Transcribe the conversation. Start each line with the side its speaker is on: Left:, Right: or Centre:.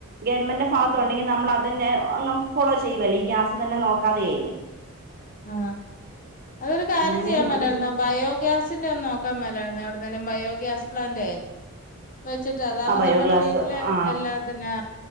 Right: ഗവൺമെൻ്റെ ഭാഗത്തുണ്ടെങ്കി
Left: ആഹ്
Right: നമ്മൾ അതിനെ അങ് ഫോളോ ചെയ്യുവല്ലേ ഈ ഗ്യാസ് തന്നെ നോക്കാതെയ്
Left: ആ അതൊരു കാര്യം
Right: അങ്ങനെയും
Left: ചെയ്യാൻ മേലാര്ന്നോ
Right: ഒരു
Left: ബയോഗ്യാസിന്റെ ഒന്ന് നോക്കാൻ മേലാര്ന്നോ എവി <inaudible> നനം ബയോ ഗ്യാസ് പ്ലാന്റ്േ വെച്ചിട്ട് അതാകുമ്പോ
Right: ആ ബയോഗ്യാസ്
Left: നമ്മുടെ വീട്ടില്
Right: ആ
Left: എല്ലാത്തിനെയ